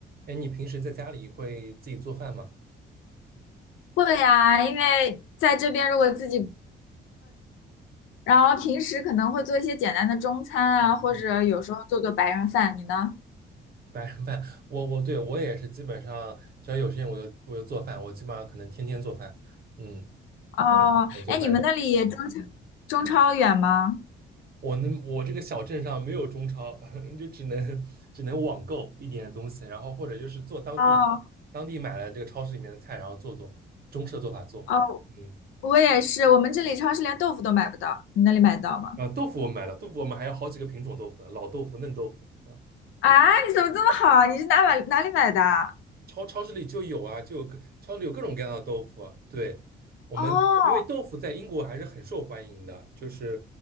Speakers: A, on the right; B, on the left.
A: 哎，你平时在家里会自己做饭吗？
B: 会呀，因为在这边如果自己，然后平时可能会做一些简单的中餐啊，
A: 嗯嗯，
B: 或者有时候做做白人饭。你呢？
A: 白人饭，我我对我也是，基本上只要有时间我就我就做饭，我基本上可能天天做饭。嗯，
B: 哦，
A: 我还挺喜欢做饭的。
B: 哎，你们那里中超中超远吗？
A: 嗯，我们我这个小镇上没有中超，<laughs> 就只能只能网购一点东西，然后或者就是做当地当地买了这个超市里面的菜，
B: 哦
A: 然后做做中式的做法做。
B: 哦，
A: 嗯，
B: 我也是，我们这里超市连豆腐都买不到，你那里买得到吗？
A: 然后豆腐我们买的，豆腐我们还有好几个品种豆腐呢，老豆腐、嫩豆腐。啊。
B: 啊，你怎么这么好啊？你是哪买哪里买的啊？
A: 超超市里就有啊，就有各超市里有各种各样的豆腐啊对，我们因为豆腐在英国还是很受欢迎的，
B: 哦
A: 就是